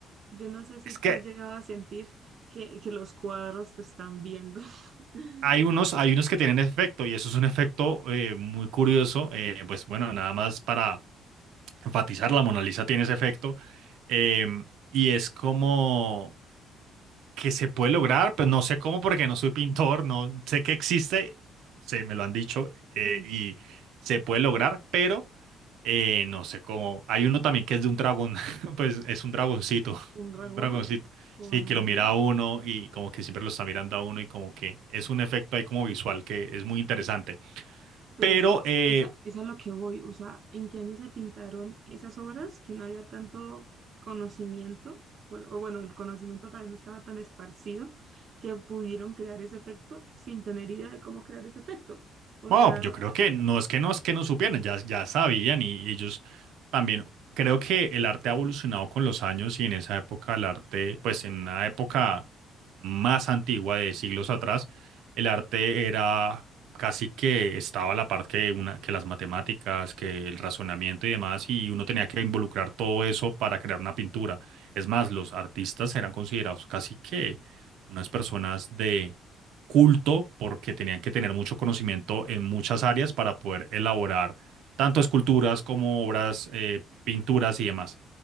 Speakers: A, on the right; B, on the right.
A: Yo no sé si
B: es que
A: tú has llegado a sentir que, que los cuadros te están viendo. <laughs>
B: hay unos, hay unos que tienen efecto y eso es un efecto eh, muy curioso, eh, pues bueno, nada más para enfatizar, la Mona Lisa tiene ese efecto eh, y es como que se puede lograr, pero no sé cómo porque no soy pintor, no sé que existe, se me lo han dicho eh,
A: Sí.
B: y se puede lograr, pero eh, no sé cómo. Hay uno también que es de un dragón, <laughs> pues es un dragoncito,
A: ¿Un dragón?
B: un dragoncito,
A: ¿Cuál?
B: sí, que lo mira a uno y como que siempre lo está mirando a uno y como que es un efecto ahí como visual que es muy interesante.
A: Pero
B: Pero
A: es que
B: eh,
A: esa, es a lo que voy, o sea, ¿en qué año se pintaron esas obras que no había tanto conocimiento? Por- O bueno, el conocimiento tal vez no estaba tan esparcido que pudieron crear ese efecto sin tener idea de cómo crear ese efecto. O
B: Bueno,
A: sea,
B: yo creo que no es que no es que no supieran, ya, ya sabían y, y ellos también. Creo que el arte ha evolucionado con los años y en esa época el arte, pues en una época más antigua de siglos atrás, el arte era casi que estaba a la par que, una, que las matemáticas, que el razonamiento y demás, y uno tenía que involucrar todo eso para crear una pintura. Es más, los artistas eran considerados casi que unas personas de culto, porque tenían que tener mucho conocimiento en muchas áreas para poder elaborar tanto esculturas como obras, eh, pinturas y demás.